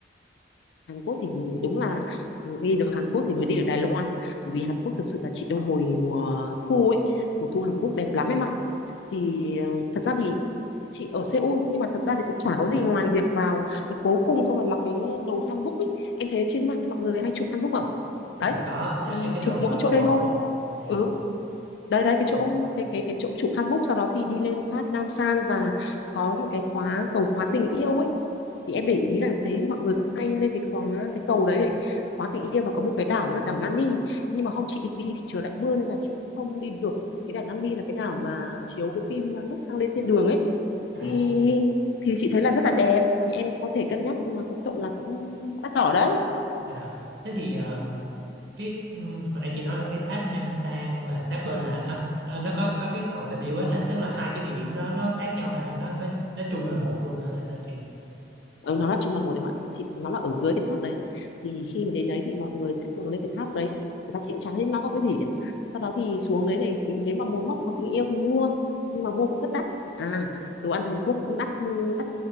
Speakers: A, on the left; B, on the right.
A: Hàn Quốc thì đúng là đi được Hàn Quốc thì mới đi được Đài Loan bởi vì Hàn Quốc thật sự là chị đôi hồi mùa thu ấy mùa thu Hàn Quốc đẹp lắm em ạ thì ờ, thật ra thì chị ở Seoul nhưng mà thật ra thì cũng chả có gì ngoài việc vào việc cố cung xong rồi mặc cái đồ hanbok ấy em thấy trên mạng mọi người hay chụp hanbok không
B: dạ
A: đấy
B: có dạ,
A: thì
B: cái cái
A: chụp
B: đồ
A: mỗi
B: ờ,
A: chỗ
B: bò
A: đây
B: bò
A: thôi
B: bò bò dạ
A: ừ đây đây cái
B: ừ.
A: chỗ cái cái cái chỗ chụp handbook sau đó thì đi lên tháp Nam San và có một cái khóa cầu khóa tình yêu ấy thì em để ý là thấy mọi người cũng hay lên cái khóa cái cầu đấy để khóa tình yêu và có một cái đảo nữa là đảo Nami nhưng mà hôm chị định đi thì trời lại mưa nên là chị cũng không đi được cái đảo Nami là cái đảo mà chiếu cái phim Nấc thang lên thiên đường ấy
B: à
A: thì thì chị thấy là rất là đẹp thì em có thể cân nhắc nhưng mà cũng tội là cũng đắt đỏ đấy
B: dạ thế thì ờ, cái ừm, hồi nãy chị nói là cái tháp Nam Sang là sát bên là à, à, nó có có cái cầu tình yêu á là tức là hai cái địa điểm đó nó sát nhau hay là nó nó nó chung là một luôn hay là sao chị?
A: ừ, nó là chung là một đấy mà chị nó là ở dưới cái tháp đấy thì khi mà đến đấy thì mọi người sẽ thường lên cái tháp đấy Thật ra chị cũng chẳng thấy nó có cái gì cả sau đó thì xuống đấy thì nếu mà muốn móc hoặc tình yêu thì mua nhưng mà mua cũng rất đắt à đồ ăn Hàn Quốc cũng đắt đắt